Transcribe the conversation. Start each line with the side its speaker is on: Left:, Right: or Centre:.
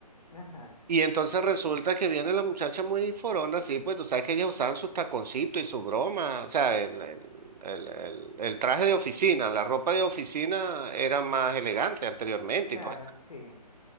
Left: ajá,
Right: Y entonces resulta que viene la muchacha muy forona, así, pues tú sabes que ellas usaban sus taconcitos y su broma. O sea, el, el, el, el- el traje de oficina, la ropa de oficina era más elegante anteriormente
Left: claro,
Right: y todo.
Left: sí.